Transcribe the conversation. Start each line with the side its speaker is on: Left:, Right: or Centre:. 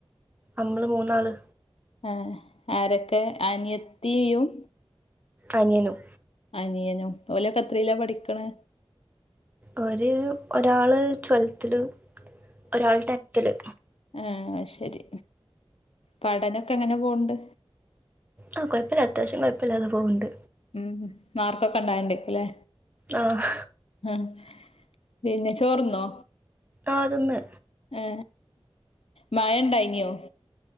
Right: അമ്മള് മൂന്നാള്.
Left: ഏഹ് ആരൊക്കെ? അനിയത്തീയും.
Right: അനിയനും.
Left: അനിയനും ഓലൊക്കെ എത്രീലാ പഠിക്ക്ണ്
Right: ഓര് ഒരാള് ട്വൽത്ത്ലും ഒരാള് ട്ടെൻതില്
Left: ഏ ഏ അത് ശരി പഠനൊക്കെ എങ്ങനെ പോവുണ്ട്
Right: ആ കൊയപ്പല്ല അത്യാവശ്യം കൊയപ്പല്ലാതെ പോകൂണ്ട്
Left: ഉം ഉം മാർക്കൊക്കെ ണ്ടായ്ല്ണ്ടേര്ക്കും ലേ
Right: ആഹ്
Left: ആ പിന്നെ ചോറ്ന്നോ
Right: ആ ത് ന്ന്
Left: ഏ മയ ണ്ടായ്ന്യോ